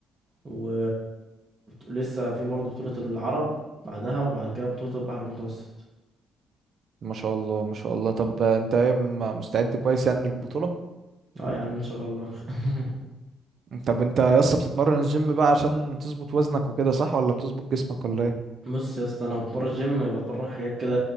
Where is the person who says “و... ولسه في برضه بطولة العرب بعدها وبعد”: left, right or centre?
Right